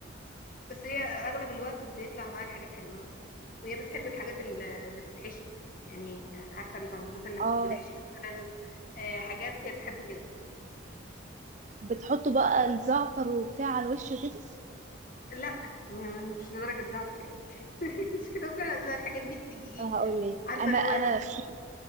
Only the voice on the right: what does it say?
اه
بتحطوا بقى الزعتر وبتاع على الوش وكده
انا هقول لك
انا
انا
في